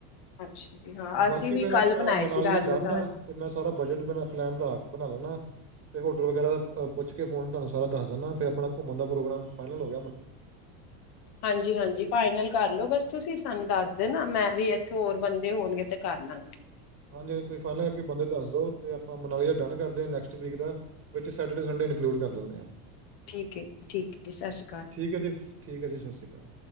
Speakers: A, on the left; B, on the right.
A: ਅੱਛਾ ਜੀ ਹਾਂ
B: ਬਾਕੀ
A: ਅਸੀਂ ਵੀ
B: ਫੇਰ
A: ਕੱਲ
B: ਆਪਣਾ
A: ਬਣਾਏ
B: ਮਨਾਲੀ
A: ਸੀ ਰਾਜਮਾਂ
B: ਦਾ ਡਨ
A: ਚਾਵਲ
B: ਆ ਤੇ ਮੈਂ ਸਾਰਾ ਬਜਟ ਬਣਾ ਪਲੈਨ ਬਣਾ ਬਣਾ ਲੈਦਾ ਤੇ ਹੋਟਲ ਵਗੈਰਾ ਦਾਹ ਪੁੱਛ ਕੇ ਫ਼ੋਨ ਤੁਹਾਨੂੰ ਸਾਰਾ ਦੱਸ ਦਦਾ ਫਿਰ ਆਪਣਾ ਘੁੰਮਣ ਦਾ ਪ੍ਰੋਗਰਾਮ ਫਾਈਨਲ ਹੋ ਗਿਆ
A: ਹਾਂਜੀ ਹਾਂਜੀ ਫਾਈਨਲ ਕਰਲੋ ਬਸ ਤੁਸੀਂ ਸਾਨੂੰ ਦੱਸਦੇ ਨਾ ਮੈਂ ਵੀ ਇੱਥੇ ਹੋਰ ਬੰਦੇ ਹੋਣਗੇ ਤੇ ਕਰਨਾ
B: ਹਾਂਜੀ ਹਾਂਜੀ ਤੁਸੀਂ ਫਾਈਨਲ ਕਰਕੇ ਬੰਦੇ ਦੱਸ ਦੋ ਤੇ ਆਪਾਂ ਮਨਾਲੀ ਦਾ ਡਨ ਕਰਦੇ ਅ ਨੈਕਸਟ ਵੀਕ ਦਾ। ਵਿੱਚ ਸੈਟਰਡੇ ਸੰਡੇ ਇਨਕਲੂਡ ਕਰ ਲੈਣੇ ਆ।
A: ਠੀਕ ਏ ਠੀਕ ਏ ਸਤਿ ਸ਼੍ਰੀ ਅਕਾਲ
B: ਠੀਕ ਹੈ ਜੀ ਠੀਕ ਹੈ ਜੀ ਸਤਿ ਸ਼੍ਰੀ ਅਕਾਲ।